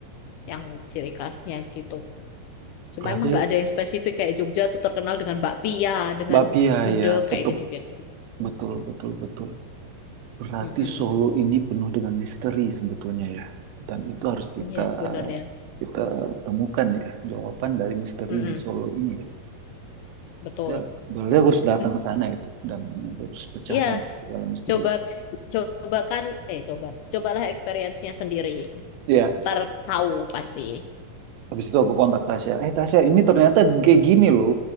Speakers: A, on the left (about 85°); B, on the right (about 85°).
A: yang ciri khasnya gitu. Cuma
B: Berarti
A: emang nggak ada yang spesifik kayak Jogja tuh terkenal dengan bakpia, dengan
B: Bapia
A: gudeg
B: ya, petuk.
A: kayak gitu-gitu.
B: Betul, betul, betul. Berarti
A: Mm-mm.
B: Solo ini penuh dengan misteri sebetulnya ya. Dan itu harus kita
A: Iya sebenarnya.
B: kita temukan ya jawaban dari misteri
A: Mm-mm.
B: di Solo ini ya.
A: Betul.
B: Kita berarti aku harus datang
A: <laughs>
B: ke sana itu dan aku harus pecahkan
A: Iya,
B: segala misteri.
A: coba coba kan eh coba cobalah experience-nya sendiri.
B: Ya,
A: Ntar tahu pasti.
B: habis itu aku kontak Tasya. Eh Tasya, ini ternyata kayak gini loh.